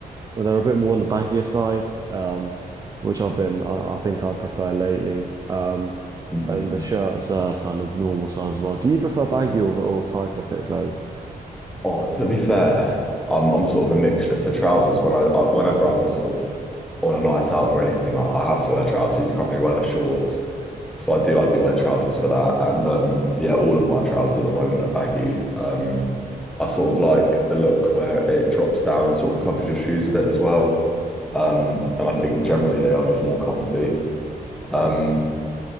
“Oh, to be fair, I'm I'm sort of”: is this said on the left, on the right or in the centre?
Centre